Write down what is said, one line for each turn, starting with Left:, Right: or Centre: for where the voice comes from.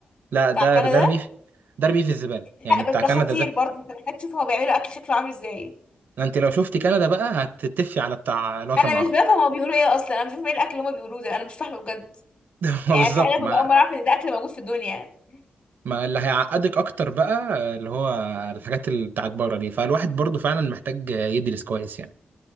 Right: لا ده
Left: بتاع كندا
Right: ده رميه في- ده رميه في الزباله
Left: لا
Right: يعني بتاع
Left: بس ده
Right: كندا
Left: خطير
Right: ده
Left: برضه انت محتاج تشوف هو بيعملوا اكل شكله عامل ازاي
Right: انت لو شفت كندا بقى هتتفي على بتاع الوطن
Left: انا
Right: العربي
Left: مش بفهم هما بيقولوا ايه اصلا انا مش فاهمه ايه الاكل اللي هما بيقولوه ده انا مش فاهمه بجد
Right: <laughs> ما
Left: يعني
Right: بالظبط
Left: في حاجات ببقى
Right: ما
Left: اول مره اعرف ان ده اكل موجود في الدنيا
Right: ما اللي هيعقدك اكتر بقى اللي هو الحاجات اللي بتاعت بره دي فالواحد برضو فعلا محتاج يدرس كويس يعني